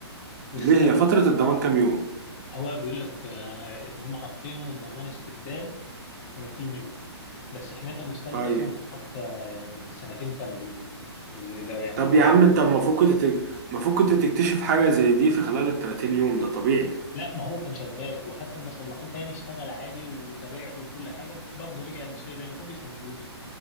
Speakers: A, on the left; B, on the right.
A: والسبت
B: ليه هي فترة الضمان كام يوم
A: هو بيقول لك آه، ان هما حاطينه ضمان استبدال 30 يوم بس حمايه المستهلك
B: طيب
A: اصلا بتحط آه، سنتين كاملين اللي- لو يعني
B: طب
A: اللي هو
B: يا عم انت المفروض كنت تك- المفروض كنت تكتشف حاجة زي دي في خلال ال 30 يوم ده طبيعي
A: لا ما هو كان شغال وحتى لما صلحوه تاني اشتغل عادي وطبيعته وكل حاجه برضه رجع المشكله زي ما يكون بيسنجوني